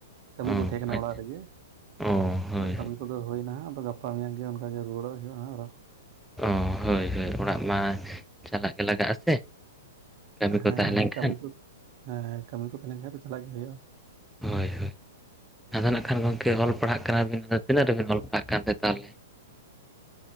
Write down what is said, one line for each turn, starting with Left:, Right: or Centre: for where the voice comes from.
Right: ᱠᱟᱹᱢᱤ
Centre: ᱚ
Right: ᱠᱚ ᱛᱟᱦᱮᱸ ᱠᱟᱱᱟ
Centre: ᱟᱪᱪᱷᱟ
Right: ᱚᱲᱟᱜ ᱨᱮᱜᱮ,
Centre: ᱚ ᱦᱳᱭ
Right: ᱟᱫᱚ ᱠᱟᱹᱢᱤ
Centre: ᱦᱳᱭ
Right: ᱠᱚᱫᱚ ᱦᱩᱭᱱᱟ ᱟᱫᱚ ᱜᱟᱯᱟ ᱜᱟᱯᱟ ᱢᱮᱭᱟᱝ ᱜᱮ ᱚᱱᱠᱟᱜᱮ ᱨᱩᱭᱟᱹᱲᱚᱜ ᱦᱩᱭᱩᱜᱼᱟ ᱦᱟᱸᱜ ᱟᱨᱚ
Centre: ᱚ ᱦᱳᱭ ᱦᱳᱭ ᱚᱲᱟᱜ ᱢᱟ ᱪᱟᱞᱟᱜ ᱜᱮ ᱞᱟᱜᱟᱜᱼᱟ ᱥᱮ᱾ ᱠᱟᱹᱢᱤ
Right: ᱦᱮᱸ
Centre: ᱠᱚ ᱛᱟᱦᱮᱸ ᱞᱮᱱᱠᱷᱟᱱ
Right: ᱠᱟᱹᱢᱤ ᱠᱚ ᱦᱮᱸ ᱠᱟᱹᱢᱤ ᱠᱚ ᱛᱟᱦᱮᱸ ᱞᱮᱱ ᱠᱷᱟᱡ ᱫᱚ ᱪᱟᱞᱟᱜ ᱜᱮ ᱦᱩᱭᱩᱜᱼᱟ᱾
Centre: ᱦᱳᱭ ᱦᱳᱭ ᱟᱫᱚ ᱱᱟᱜ ᱠᱷᱟᱱ ᱜᱚᱢᱠᱮ ᱚᱞ ᱯᱟᱲᱦᱟᱜ ᱠᱟᱱᱟ ᱵᱤᱱ ᱟᱫᱚ, ᱛᱤᱱᱟᱹᱜ ᱨᱮᱵᱤᱱ ᱚᱞ ᱯᱟᱲᱦᱟᱜ ᱠᱟᱱᱛᱮ ᱛᱟᱦᱚᱞᱮ?